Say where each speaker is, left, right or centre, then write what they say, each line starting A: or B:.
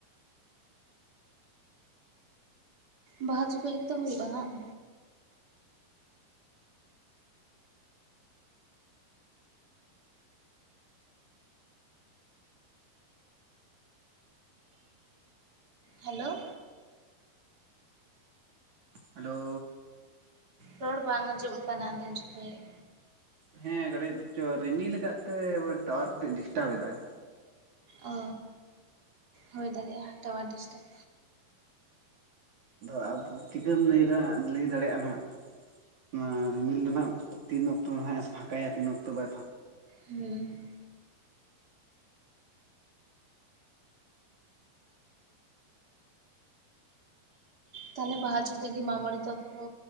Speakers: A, on the right; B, on the right.
A: ᱵᱟᱦᱟ ᱡᱚᱠᱷᱮᱡ ᱜᱮᱛᱚ ᱦᱩᱭᱩᱜ-ᱟ ᱦᱟᱝ? ᱦᱮᱞᱳ
B: ᱦᱮᱞᱳ
A: ᱨᱚᱲ ᱵᱟᱝ ᱟᱸᱡᱚᱢᱚᱜ ᱠᱟᱱᱟ ᱟᱫᱚᱢ ᱪᱤᱠᱟᱹᱭᱮᱫ?
B: ᱦᱮᱸ ᱠᱟᱹᱴᱤᱡ ᱪᱚ ᱨᱤᱢᱤᱞ ᱠᱟᱫ ᱛᱮ ᱴᱟᱣᱟᱨ ᱠᱟᱴᱤᱡ ᱰᱤᱥᱴᱟᱵ ᱮᱫᱟᱭ᱾
A: ᱚ ᱦᱳᱭ ᱫᱟᱲᱮᱜ-ᱟ ᱴᱟᱣᱟᱨ ᱰᱤᱥᱴᱟᱵᱽ᱾
B: ᱟᱫᱚ ᱟ ᱪᱤᱠᱟᱹᱢ ᱞᱟᱹᱭᱫᱟ ᱞᱟᱹᱭ ᱫᱟᱲᱮᱜ-ᱟ ᱱᱟᱜ? ᱚᱱᱟ ᱨᱤᱢᱤᱞ ᱫᱚ ᱦᱟᱸᱜ ᱛᱤᱱ ᱚᱠᱛᱚ ᱦᱟᱸᱜ ᱮ ᱯᱷᱟᱸᱠᱟᱭᱟ ᱛᱤᱱ ᱚᱠᱛᱚ ᱵᱟᱭ ᱯᱷᱟᱸᱠ
A: ᱦᱩᱸ ᱛᱟᱦᱟᱞᱮ ᱵᱟᱦᱟ ᱡᱚᱠᱷᱚᱡ ᱜᱮ ᱢᱟᱜ ᱢᱚᱬᱮ ᱛᱚᱠᱚ